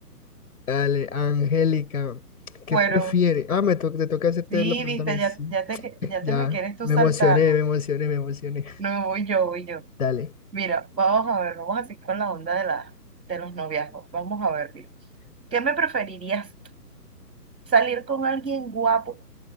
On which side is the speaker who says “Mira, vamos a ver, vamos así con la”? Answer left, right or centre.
Right